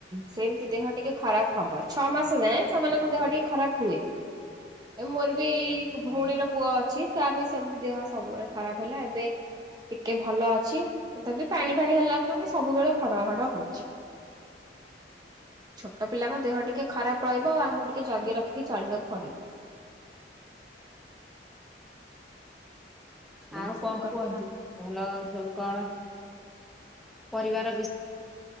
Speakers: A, on the right; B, in the centre.
A: ସେମିତି ଦେହ ଟିକେ ଖରାପ ହବ। ଛଅ ମାସ ଯାଏ ସେମାନଙ୍କ ଦେହ ଟିକେ ଖରାପ ହୁଏ। ଏ ମୋର ବି ଭଉଣୀର। ପୁଅ ଅଛି ତାର ବି ସେମିତି ଦେହ ସବୁବେଳେ ଖରାପ ହେଲା ଏବେ ଟିକେ ଭଲ ଅଛି। ତଥାପି ପାଣି ଫାଣି ହେଲା ବି ସବୁବେଳେ ଖଡର ଖଡର ହଉ ଛୋଟ ପିଲା ମ ଦେହ ଟିକେ ଖରାପ ରହିବ ଆଉ ଆଉମକୁ ଟିକେ ଜଗି ରଖିକି ଚଳିବାକୁ ପଡିବ। ଏଇ
B: ଆଉ
A: ସବୁ
B: କଣ
A: କଥା।
B: କୁହନ୍ତୁ। ଭଲ ସବୁ କଣ? ପରିବାର